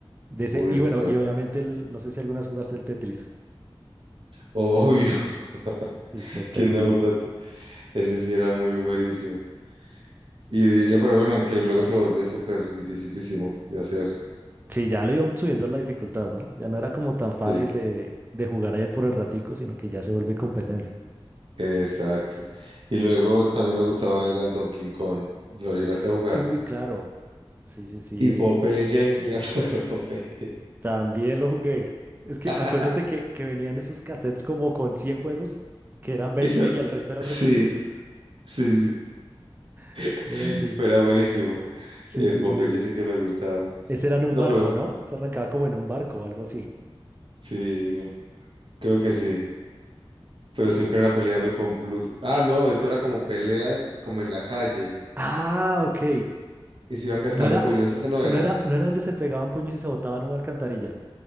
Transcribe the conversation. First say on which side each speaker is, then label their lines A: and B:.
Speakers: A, on the right; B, on the right.
A: De ese,
B: obvio,
A: y
B: es
A: bueno,
B: que será.
A: y obviamente, el, no sé si algunas jugaste el Tetris.
B: Obvio,
A: Sí,
B: <laughs>
A: ese Tetris,
B: ¿quién no jugó?
A: sí.
B: Ese sí era muy buenísimo. Y, y- pero bueno, que luego se volvía súper dificilísimo de hacer.
A: Sí, ya lo iban subiendo la dificultad, ¿no? Ya no era como tan fácil
B: Sí,
A: de, de jugar a él por el ratico, sino que ya se vuelve competencia.
B: exacto. Y luego también me gustaba era Donkey Kong. ¿Lo llegaste a jugar?
A: Uy, claro. Sí, sí, sí.
B: Y Popeye, <laughs> llegaste a jugar Popeye.
A: También lo jugué. Es que
B: <laughs>
A: acuérdate que, que venían esos cassettes como con 100 juegos, que eran 20
B: Y los-
A: y el resto eran
B: sí,
A: repetidos.
B: sí, sí.
A: <laughs>
B: <laughs>
A: Era así.
B: Pero era buenísimo.
A: Sí,
B: El
A: sí,
B: Popeye
A: sí.
B: sí que me gustaba.
A: Ese era en un
B: No,
A: barco,
B: pero
A: ¿no? Se arrancaba como en un barco o algo así.
B: sí, no, creo que sí. Pero
A: Sí,
B: siempre
A: sí. sí.
B: era peleando con Pluto. Ah, no, esto era como peleas, como en la calle.
A: Ah, ok.
B: Y se iban cascando
A: No era,
B: puños, ese no
A: no
B: era.
A: era, no era donde se pegaban puños y se botaban a una alcantarilla.